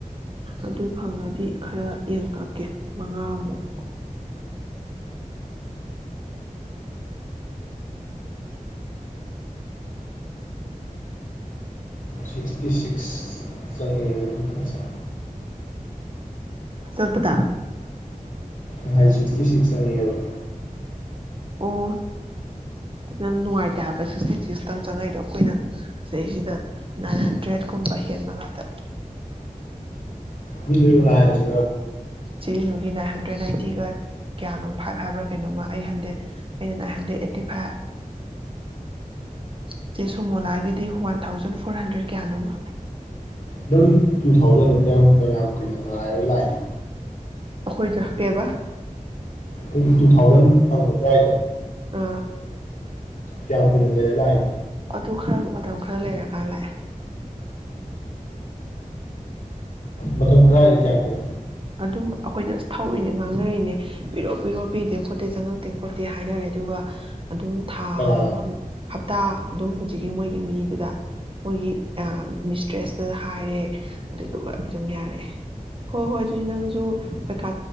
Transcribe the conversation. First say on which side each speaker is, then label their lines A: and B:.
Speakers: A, on the right; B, on the left.
A: ꯑꯗꯨ ꯐꯪꯉꯗꯤ ꯈꯔ ꯌꯦꯡꯈꯠꯂꯀꯦ ꯃꯉꯥꯃꯨꯛ
B: ꯁꯤꯛꯁꯇꯤ ꯁꯤꯛꯁ ꯆꯔꯤꯁ
A: ꯁꯜꯄꯗ
B: ꯉꯥꯏ ꯁꯤꯛꯁꯇꯤ ꯁꯤꯛꯁ ꯑꯅꯤꯦꯕ
A: ꯑꯣ ꯅꯪ ꯅꯨꯡꯉꯥꯏꯇꯦ ꯍꯥꯏꯕ ꯁꯤꯛꯁꯇꯤ ꯁꯤꯛꯁꯇꯪ ꯆꯪꯉꯛꯏꯗꯣ ꯑꯩꯈꯣꯏꯅ ꯁꯤꯁꯤꯗ ꯅꯥꯏꯟ ꯍꯟꯗ꯭ꯔꯦꯠꯀꯨꯝꯕ ꯍꯦꯟꯕ ꯉꯇ
B: ꯃꯤ ꯍꯥꯏ ꯁꯣ
A: ꯁꯤꯔꯤꯅꯣꯒꯤ ꯅꯥꯏꯟ ꯍꯟꯗ꯭ꯔꯦꯠ ꯅꯥꯏꯟꯇꯤꯒ ꯀꯌꯥꯅꯣ ꯐꯥꯏꯚ ꯍꯥꯏꯕ꯭ꯔꯥ ꯀꯩꯅꯣꯃ ꯑꯩꯠ ꯍꯟꯗ꯭ꯔꯦꯗ ꯑꯩꯅ ꯅꯥꯏꯟ ꯍꯟꯗ꯭ꯔꯦꯗ ꯑꯩꯠꯇꯤ ꯐꯥꯏꯚ ꯑꯗꯩ ꯁꯣꯃꯣꯂꯥꯒꯤꯗꯤ ꯋꯥꯟ ꯊꯥꯎꯖꯟ ꯐꯣꯔ ꯍꯟꯗ꯭ꯔꯦꯗ ꯀꯌꯥꯅꯣꯃ
B: ꯗꯪ ꯇꯨ ꯊꯥꯎꯖꯟꯗ ꯀꯌꯥꯝꯨ ꯀꯌꯥꯝ ꯀꯨꯏꯅ ꯉꯉꯥꯏꯔ ꯂꯥꯛꯏꯅꯤ
A: ꯑꯩꯈꯣꯏꯗ ꯀꯦꯕ
B: ꯑꯩ ꯇꯨ ꯊꯥꯎꯖꯟ ꯐꯪꯕ ꯅ ꯍꯥꯏꯗꯣ
A: ꯑ
B: ꯀꯌꯥꯄꯅ ꯂꯩ ꯂꯥꯏꯟ
A: ꯑꯗꯨ ꯈꯔ ꯃꯇꯝ ꯈꯔ ꯂꯩꯔꯀꯥꯟ ꯂꯥꯛꯑꯦ
B: ꯃꯇꯝ ꯈꯔ ꯍꯥꯏꯗꯤ ꯀꯌꯥꯝꯃꯨ ꯀꯏꯗ
A: ꯑꯗꯨꯝ ꯑꯩꯈꯣꯏꯗ ꯑꯁ ꯊꯧꯔꯤꯅꯦ ꯉꯥꯡꯅꯔꯤꯅꯦ ꯄꯤꯔꯣ ꯄꯤꯔꯣ ꯄꯤꯗꯦ ꯈꯣꯠꯇꯦ ꯆꯪꯉꯛꯇꯦ ꯈꯣꯠꯇꯦ ꯍꯥꯏꯅꯔꯦ ꯑꯗꯨꯒ ꯑꯗꯨꯝ ꯊꯥ
B: ꯀꯅꯥꯗ
A: ꯑꯃꯃꯨꯛ ꯍꯞꯇꯥ ꯑꯗꯨꯝ ꯍꯧꯖꯤꯛꯀꯤ ꯃꯣꯏꯒꯤ ꯃꯤꯗꯨꯗ ꯃꯣꯏꯒꯤ ꯃꯤꯁꯇ꯭ꯔꯦꯁꯇ ꯍꯥꯏꯔꯦ ꯑꯗꯨꯗꯨꯒ ꯑꯗꯨꯝ ꯌꯥꯔꯛꯑꯦ ꯍꯣꯏ ꯍꯣꯏ ꯑꯗꯨꯗꯤ ꯅꯪꯁꯨ ꯄꯩꯀꯥ